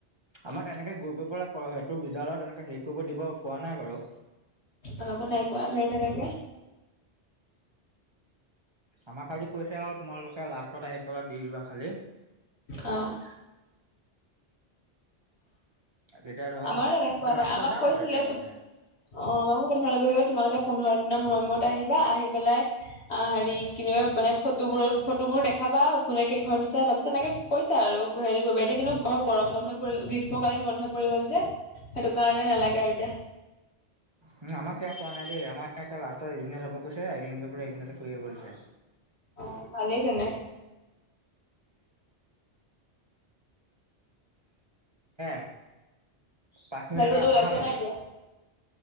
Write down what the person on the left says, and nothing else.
আমাকো নাই কোৱা, সেই তেনেকে
অ'।
আমাৰো তেনেকে কোৱা নাই
আমাক
কৈছিলে
অ', আমাকো প্ৰথমেতে কৈছে যে, তোমালোকে পোন্ধৰ দিনৰ মূৰে মূৰত আহিবা, আহি পেলাই আ' হি, কি বুলি কয়, মানে ফট টোবোৰত-ফটোবোৰ দেখাবা কোনে কেইখন দিছা, তাৰপিছত এনেক কৈছে আৰু হেৰি কৰিবা, এতিয়া কিন্তু আমাৰ গৰম বন্ধ পৰি-গ্ৰীষ্মকালীন বন্ধ পৰি গ'ল যে, সেইটোকাৰণে নালাগে আৰু এতিয়া।
অ ভালেই তেনে
বাকী
কতো
ওলাই
যোৱা
নাই এতিয়া?